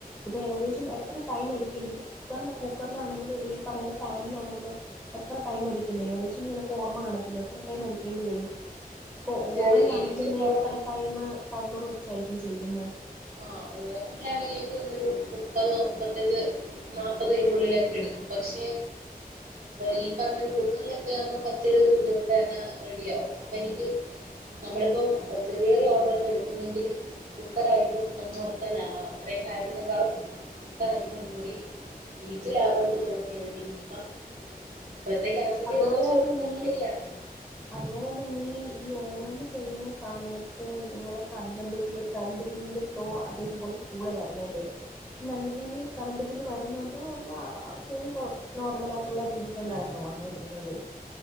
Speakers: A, in the centre; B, on the right.
A: ഇപ്പ ഏകദേശം എത്ര ടൈംമെടിക്കെണ്ടി ഇപ്പ കുക്കറിൽ കുക്കറിൽ ആണെങ്കിലും അല്ലങ്കി ഈ പറഞ്ഞ പനിലാണെകിലും എത്ര ടൈമെടിക്കില്ലേ ഏകദേശം നിനക്കോർമ കാണി എത്ര ടൈമെടിക്കേണ്ടി വരും പ്പ
B: ചെറിയ
A: ഓവൻലാണെകിലും
B: എനിക്കിപ്പോ
A: നീ എത്ര ടൈമ് ടൈമർ വെച്ചായിരിക്കും ചെയ്യ്ന്ന
B: ആ ഓവൻലാണെങ്കി എനിക്ക് തോന്നു ഒരു മുപ്പത് മുപ്പത്തഞ്ച് നാപ്പത് ന്റെ ഉള്ളിലൊക്കെ എടുക്കും പഷേ ഈ പറഞ്ഞ കുക്കറിലൊക്കെ ആകുമ്പ പത്തിരുപതു മിനിറ്റ്കൊണ്ട് തന്നെ റെഡി ആകും അപ്പ എനിക്ക് നമ്മളിപ്പം ചെറിയചെറിയ ഓർഡറൊക്കെ എടുക്കുന്നെങ്കിൽ കുക്കറായിരിക്കും ഒന്നോർത്ത ലാഭ അത്രേം കറന്റിനെക്കാളും കുക്കറായിരിക്കും ഒന്നുംകൂടി എനിക്ക് ലാഭയിട്ട് തോന്നിയത് പിന്നെ ഇപ്പം ഇപ്പോഴത്തെ ഗ്യാസിന്റെ
A: അതുപോലെന്നെ
B: ഇതൊക്കെ വെച്ച് നോക്കുമ്പം
A: നീ
B: ശരിയാണ്
A: അതുപോലെന്നെ നീ ഈ ഓവൻ ചെയ്യുന്ന സമയത്ത് നിങ്ങള് കറന്റ് ബില്ല് കറന്റ് ബില്ലിന്റെ ഫ്ലോ അത്യാവിശ്യം കൊറച്ച് കൂടുതലായിരുന്നല്ലേ നല്ല രീതിയിൽ കറന്റ് ബില്ല് വരുന്നുണ്ടോ അ ആ അത്യാവിശ്യം കൊഴ് നോർമലാ? ള്ള രീതിത്തന്നെയാരുന്നോ
B: ആഹ്
A: വന്നോൻ രുന്നത്